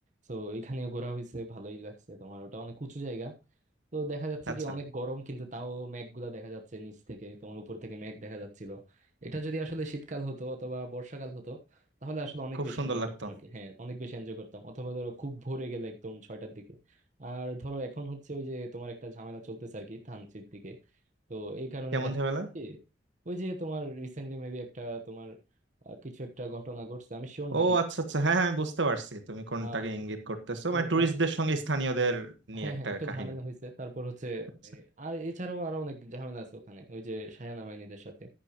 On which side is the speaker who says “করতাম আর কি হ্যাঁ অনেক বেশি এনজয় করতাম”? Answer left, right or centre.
Right